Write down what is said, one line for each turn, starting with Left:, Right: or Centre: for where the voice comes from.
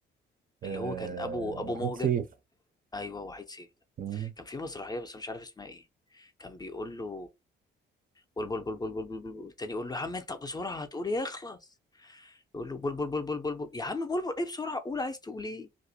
Right: آه...
Left: اللي هو كان ابو
Right: وحيد
Left: ابو مهجه
Right: سيف
Left: ايوه وحيد سيف ده
Right: مم.
Left: كان في مسرحيه بس أنا مش عارف اسمها ايه كان بيقول له بول بول بول بول بول بول بول التاني يقول له يا عم انت بسرعه هتقول ايه اخلص يقول له بول بول بول بول بول بول يا عم بول بول ايه بسرعه قول عايز تقول ايه